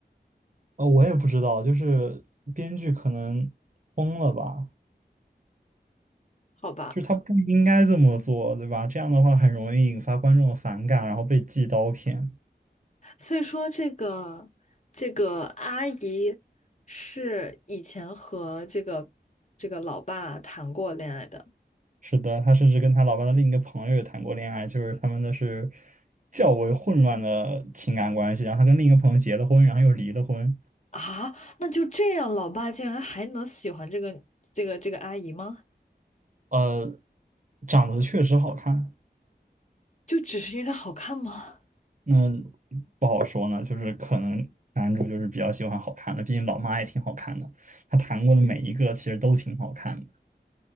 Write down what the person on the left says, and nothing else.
好吧，
所以说这个这个阿姨是以前和这个这个老爸谈过恋爱的
啊？那就这样，老爸竟然还能喜欢这个这个这个阿姨吗？
就只是因为她好看吗？